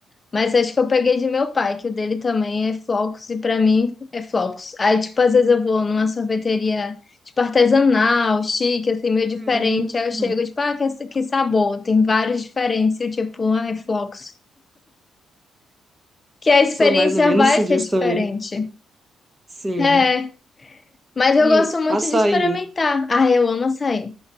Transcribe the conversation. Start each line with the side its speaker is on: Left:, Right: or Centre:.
Left: Mas acho que eu peguei de meu pai, que o dele também é flocos, e pra mim é flocos. Aí, tipo, às vezes eu vou numa sorveteria, tipo, artesanal, chique, assim, meio diferente.
Right: Hum.
Left: Aí eu chego, tipo, ah, que, que sabor, tem vários diferentes, e eu, tipo, ai, flocos. Que a experiência
Right: Sou mais ou menos
Left: vai
Right: disso
Left: ser diferente.
Right: também. Sim.
Left: É, mas eu gosto
Right: E
Left: muito
Right: açaí.
Left: de experimentar. Ah, eu amo açaí.